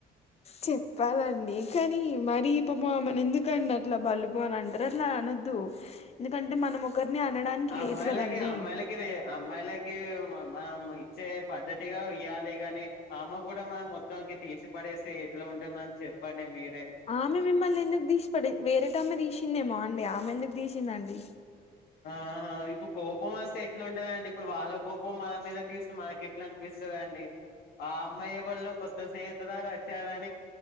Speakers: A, on the left; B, on the left.
A: చెప్పాలండి కానీ మరి పాపం ఆమెను ఎందుకండి అట్లా బల్పు అన్ మనంటరే అలా అనద్దు ఎందుకంటే మనం ఒకరిని అనడానికి
B: ఆ
A: లేదు
B: అమ్మాయిలకి
A: కదండి.
B: అమ్మాయిలకి రే అమ్మాయిలకి మనం ఇచ్చే పద్దతిగా ఇయ్యాలి గాని ఆమ్మ కూడా మన మొత్తానికి తీసి పడ్ చేస్తే ఎట్లా ఉంటుంది మమ్ చెప్పండి మీర్
A: ఆమె మిమ్మల్ని ఎందుకు తీసిపడే వేరేట ఆమె తీసిందేమో అండి ఆమె ఎందుకు దిసిందండి
B: ఆహా ఇప్పు కోపం వస్తే ఎట్లాంటదండి ఇప్పుడు వాళ్ళక్ కోపం మన మీద తీస్త్ మనకు ఎట్లా అనిపిస్తాదండి. ఆ అమ్మాయి ఎవల్లో కొత్త స్నేహిత్ ఇటు రారా వచ్చావ అని